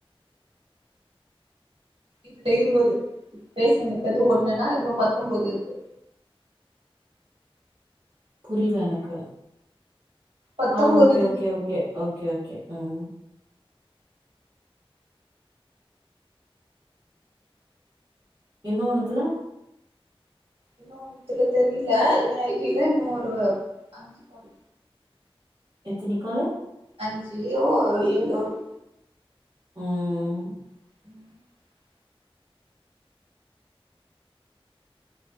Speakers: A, on the right; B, on the right.
A: இதுல இருவது இப்ப பேசுனது ஒண்ணுன்னா இன்னு பத்தொன்போது இருக்கு
B: புரியல எனக்கு
A: பத்தொம்போது
B: ஆ ஓகே
A: இருக்கு
B: ஓகே ஓகே ஓகே ஓகே ம் இன்னு ஒண்ணுத்துல
A: இன்னு ஒன்னுத்துல தெரியல ஏ ஐ டில இன்னு ஒரு அஞ்சு கால்
B: எத்தின காலு
A: அஞ்சு ஓ ஏழோ இரு
B: ம்
A: <inaudible>